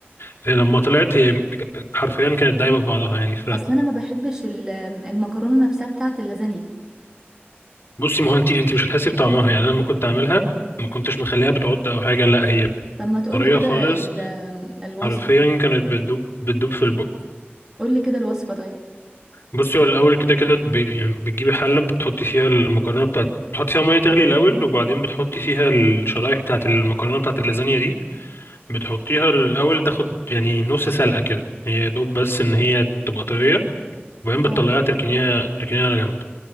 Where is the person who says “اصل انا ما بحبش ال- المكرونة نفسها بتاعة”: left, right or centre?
Right